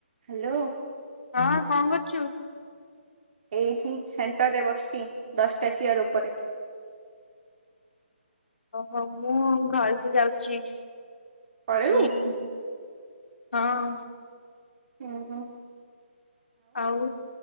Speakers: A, on the right (about 50°); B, on the left (about 70°).
A: Hello.
B: ହଁ କଣ କରୁଛୁ?
A: ଏଇଠି ସେଣ୍ଟରରେ ବସିଛି ଦଶଟା ଚିୟାର ଉପରେ
B: ଓହୋ ମୁଁ ଘରକୁ ଯାଉଛି।
A: କଉ
B: ଏଇ ହଁ।
A: ହୁ ହୋ।
B: ଆଉ